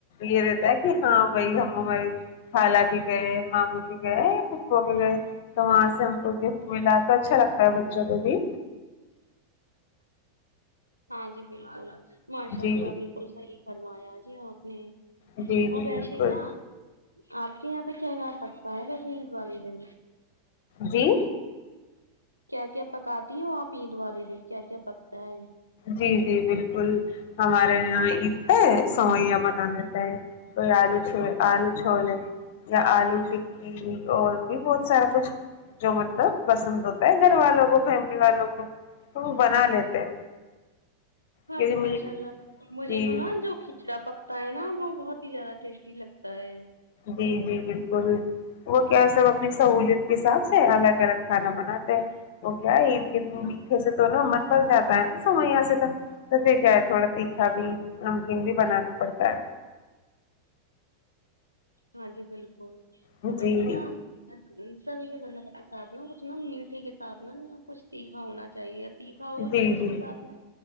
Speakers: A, on the left (about 50°); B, on the left (about 90°).
A: یہ رہتا ہے کہ ہاں بھائی ہم ہماری خالا کے گئے ماموں کے گئے یا پھوپوں کے گئے تو وہاں سے ہم کو گفٹ ملا تو اچھا لگتا ہے بچوں کو بھی
B: ہاں جی بالکل ماشاء
A: جی
B: اللہ بالکل صحی فرمایا جی آپ نے
A: جی
B: اور
A: جی
B: ویسے
A: بالکل
B: نا آپ کے یہاں پہ کیا پکتا ہے ویسے عید والی دن
A: جی
B: کیا کیا پکاتی ہو آپ عید والے دن کیا کیا پکتا ہے
A: جی جی بالکل ہمارے یہاں عید پہ سوئیا بنا لیتے ہے کوئی آلو چھ آلو چھوولیں یا آلو ٹکی اور بھی بہت سارا کچھ جو مطلب پسند ہوتا ہے گھر والوں کو فیملی والوں کو تو وہ بنا لیتے ہیں
B: ہاں
A: کیونکہ
B: جی
A: میٹ
B: ماشاء اللہ مجھے
A: جی
B: تو نا جوکھ چرا پکتا ہے نا وہ بہت ہی زیادہ ٹیسٹی لگتا ہے
A: جی جی بالکل وہ کیا سب اپنی سہوولت کے حساب سے الگ الگ کھانا بناتے ہیں وہ کیا ہے عید گد میٹھے سے تو نا من بن جاتا ہے نا سمویا سے تو توسے کیا ہے تھوڑا تیکھا بھی نمکین بھی بنانا پڑتا ہے
B: ہاں جی بالکل
A: جی
B: اور ویسے نا سوییا وغیرہ کے ساتھ میں کچھ نا میٹھے کے ساتھ میں نہا کچھ تیکھا ہونا چاہیے تیکھا ہو
A: جی
B: جب اس
A: جی
B: کے ساتھ میں